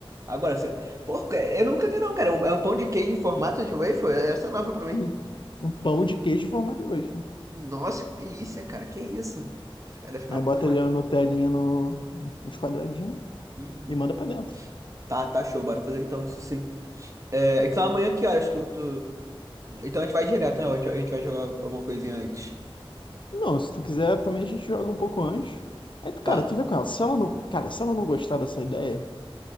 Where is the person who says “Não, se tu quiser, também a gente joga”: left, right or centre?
Left